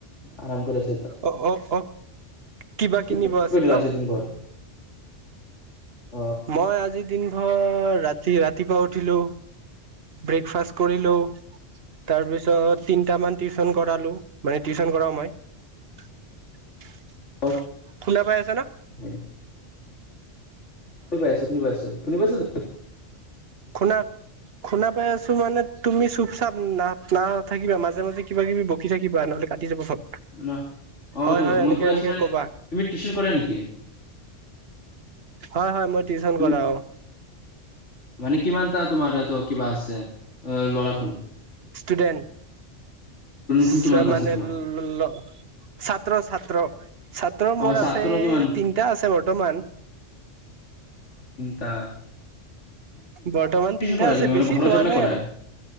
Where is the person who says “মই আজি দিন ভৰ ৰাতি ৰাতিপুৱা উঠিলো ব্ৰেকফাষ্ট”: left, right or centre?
Right